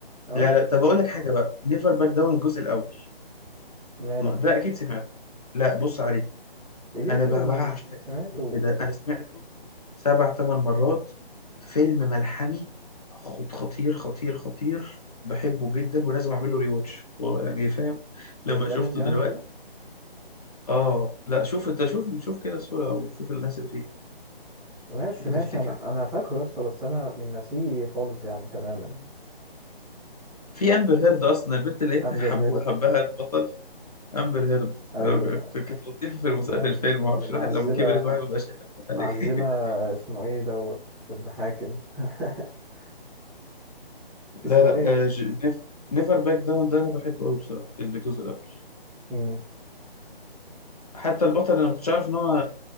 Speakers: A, in the centre; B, on the left (about 40°).
A: اه
B: لا لا طب اقول لك حاجه بقى نيفر باك داون الجزء الاول
A: ماله
B: ما ده اكيد سمعته لا بص عليه
A: يمكن
B: انا ب- بعشق
A: سمعته
B: الفيلم ده انا سمعته سبع ثمان مرات فيلم ملحمي خط- خطير خطير خطير بحبه جدا ولازم اعمل له ري واتش يعني فاهم لما
A: جامد
B: شفته
A: يعني
B: دلوقتي
A: كده
B: اه لا شوف انت شوف شوف كده الصوره وشوف الناس اللي فيه
A: ماشي ماشي
B: هتفتكر
A: انا انا فاكره يا اسطى بس انا من ناسيه خالص يعني تماما
B: في امبر هيرد اصلا البنت اللي هي كان
A: امبر
B: حبو
A: هيرد
B: حبها البطل امبر هيرد
A: ايوه
B: ك- كانت لطيفه في المسا-
A: ايوه
B: في الفيلم معرفش
A: معذبه
B: الواحد لما كبرت واحد مبقاش يحبها
A: معذبه
B: ليه <laughs>
A: اسمه ايه دوت في المحاكم <laughs> اسمه
B: لا لا
A: ايه
B: نيفر باك داون ده انا بحبه قوي بصراحه الجزء الاول
A: امم
B: حتى البطل انا ما كنتش عارف ان هو